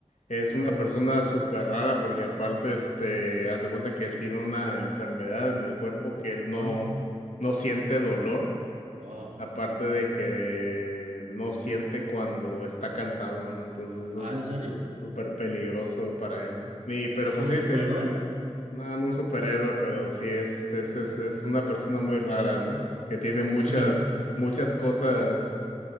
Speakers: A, on the left (about 80°); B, on the right (about 80°).
A: es
B: ah,
A: una persona súper rara porque aparte, este, hace cuenta que él tiene una enfermedad en el cuerpo que él no,
B: ah,
A: no siente dolor.
B: ah.
A: Aparte de que no siente cuando está cansado, ¿no? Entonces eso
B: Ah,
A: es
B: ¿en serio?
A: súper peligroso para él, ¿no? Y, pero
B: ¿Es como
A: pues sí,
B: un superhéroe?
A: te, no, no un superhéroe, pero sí es, es, es, es una persona muy rara, ¿no? Que tiene muchas,
B: <laughs>
A: muchas cosas